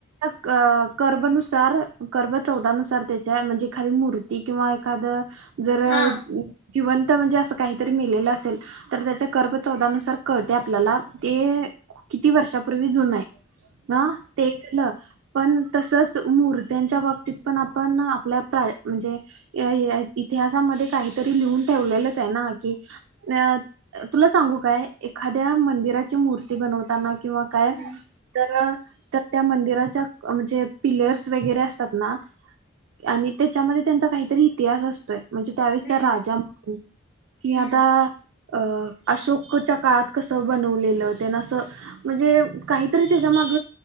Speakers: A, on the right (about 70°); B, on the left (about 80°).
A: अ कर्बनुसार कर्ब चौदानुसार त्याच्या म्हणजे एखादी मूर्ती किंवा एखादं जर
B: हा
A: जिवंत म्हणजे असं काहीतरी मेलेल असेल, तर त्याच्या कर्ब चौदानुसार कळते आपल्याला. ते किती वर्षापूर्वी जुनं आहे. हा ते झालं. पण तसच मूर्त्यांच्या बाबतीत पण आपण आपल्या प्राय म्हणजे इतिहासामध्ये काहीतरी लिहून ठेवलेलंच आहे ना, की अ तुला सांगू काय एखाद्या मंदिराची मूर् ती बनवताना किंवा काय
B: हम्म
A: तर त्या मंदिराच्या म्हणजे पिलर्स वगैरे असतात ना आणि त्याच्यामध्ये त्यांचा काहीतरी इतिहास असतोय. म्हणजे त्यावेळेसचा
B: हम्म
A: राजा म्हणून कि
B: हम्म
A: आता अ अशोकच्या काळात कस बनवलेलं ना असं म्हणजे काहीतरी त्याच्या माग